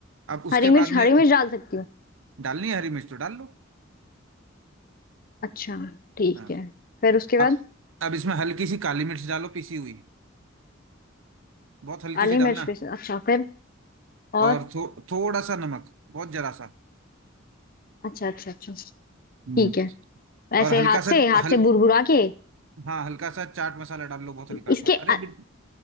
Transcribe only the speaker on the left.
हरी मिर्च
हरी
मिर्च डाल सकती हूँ
अच्छा ठीक
है फिर उसके बाद
काली
मिर्च भी अच्छा फिर और
अच्छा अच्छा अच्छा ठीक
है ऐसे
हाथ
से हाथ
से बुरबुरा के
इसके
अ-